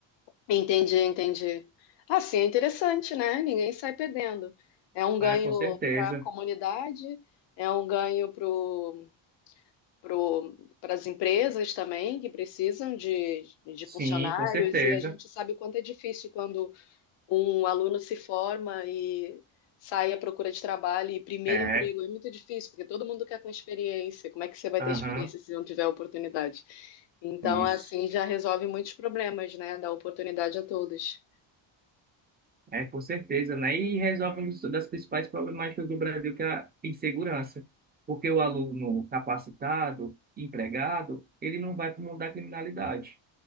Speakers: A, on the left (about 65°); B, on the right (about 20°).
A: Entendi, entendi. Assim, é interessante, né? Ninguém sai perdendo. É um ganho
B: né? Com certeza.
A: para a comunidade, é um ganho pro, pro, para as empresas também, que precisam de, de
B: Sim,
A: funcionários,
B: com certeza.
A: e a gente sabe o quanto é difícil quando um aluno se forma e sai à procura de trabalho e primeiro
B: É.
A: emprego é muito difícil, porque todo mundo quer com experiência. Como é que você vai
B: Aham,
A: ter experiência se não tiver oportunidade? Então,
B: isso.
A: assim, já resolve muitos problemas, né? Dá oportunidade a todos.
B: É, com certeza, né? E resolve uma das principais problemáticas do Brasil, que é a insegurança. Porque o aluno capacitado, empregado, ele não vai para o mundo da criminalidade.